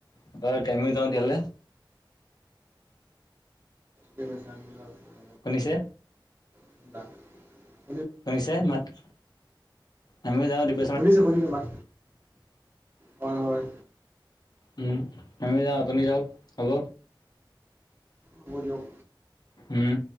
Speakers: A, on the left; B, on the right.
A: <unintelligible> যাওঁ তেতিয়াহ'লে।
B: <inaudible>
A: শুনিছে?
B: <inaudible>
A: শুনিছে মাতটো? আমিও যাওঁ দিব
B: শুনিছোঁ, শুনিছোঁ মাত। হয়, হয়।
A: উম, আমি যাওঁ আপুনি যাওঁক হ'ব।
B: হ'ব দিয়ক।
A: উম।